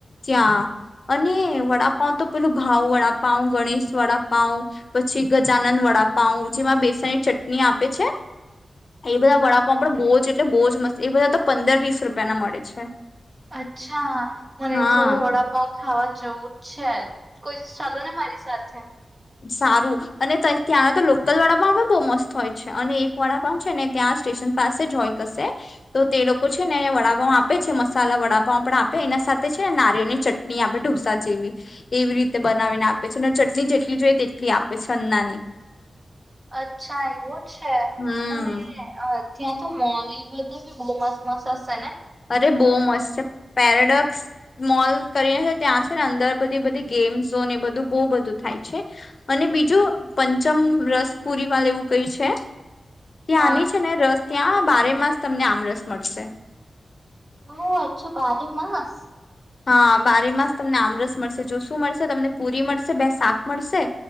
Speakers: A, on the left (about 55°); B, on the right (about 40°).
A: ત્યાં. અને વડાપં તો પેલું ભાવ વડાપાવ ગણેશ. વડાપઉ પછી ગજાનન વડાપઉ જેમાં બેસણ ચટણી આપે છે. એ બધા વડાપ આપડ બહુ જ એટલે બહુ જ મસ્ત એ બધા તો પંદર વીસ રૂપિયાના મળે છે.
B: અચ્છા મને
A: હા.
B: તો વડાપઉ ખાવા જવું જ છે. કોઈ તો ચાલો ને મારી સાથે.
A: સારું અને ત્યાંના તો લોકલ વાડાપાવ પણ બહુ મસ્ત હોય છે અને એક વાડાપાવ છે ને ત્યાં. પાસે જય ક તો તે લોકો છે ને વડાપાવ આપે છે મસાલા વડાપાાવ પણ આપે એના છે નારિે ની ચટણી આપે ઢોસા જેવી એવી રીતે બનાવીને આપે છે ને ચટણી જેટલી કેટલી જોઈ તેટલી આપે છે અન્નાની
B: અચ્છા એવું છે
A: હમ
B: અને ત્યાં તો મોલલી બધા ભી બહુ મસ મસ હશે ને
A: અરે બહુ મસ્ત છે પેરાડોક્સ મોલ કરીને છે ત્યાં છે ને અંદર બધી બધી ગે એ બધું બ બધું થાય છે અને બીજું પંચમ રસ પુરી વાળું એવું ક ત્યાંની
B: હા
A: છે ને રસ ત્યાં બારે માસ તમને આમ રસ મળશે
B: ઓ હછો બારે માસ
A: હા બારે માસ તમને આમરસ મળશે જો શું મળશે તમને પુરી મળશે બે શાક મળશે